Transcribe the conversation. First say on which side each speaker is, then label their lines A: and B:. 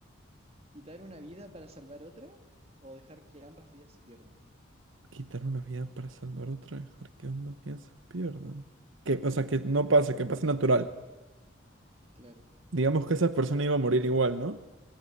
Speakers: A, on the right; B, on the right.
A: ¿Quitar una vida para salvar otra o dejar que ambas vidas se pierdan?
B: Quitar una vida para salvar otra, dejar que ambas vidas se pierdan. Que, o sea, que no pase, que pase natural.
A: Claro,
B: Digamos que esa persona iba a morir igual, ¿no?